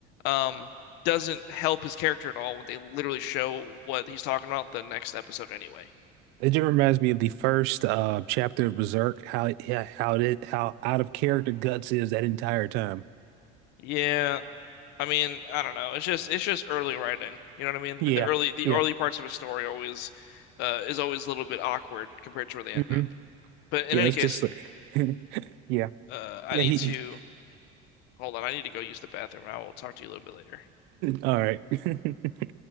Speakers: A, on the left; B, on the right.
A: um, doesn't help his character at all when they literally show what he's talking about the next episode anyway.
B: It just reminds me of the first uh, chapter of Berserk. How it, yeah, how it how out of character Guts is that entire time.
A: Yeah, I mean, I don't know. It's just it's just early writing. You know what I mean?
B: Yeah,
A: Like the early the
B: yeah.
A: early parts of a story always, uh, is always a little bit awkward compared to where they
B: hmm
A: end up. But in
B: Yeah,
A: any
B: it's
A: case,
B: just like, <laughs> yeah,
A: uh, I
B: yeah.
A: need
B: He,
A: to
B: he-
A: hold on. I need to go use the bathroom. I will talk to you a little bit later.
B: all right. <laughs>